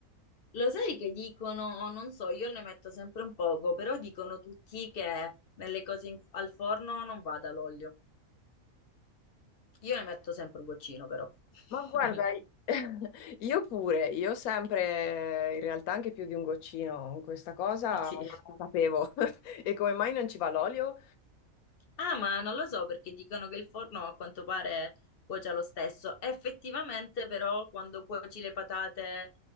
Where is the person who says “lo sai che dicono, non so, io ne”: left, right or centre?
Left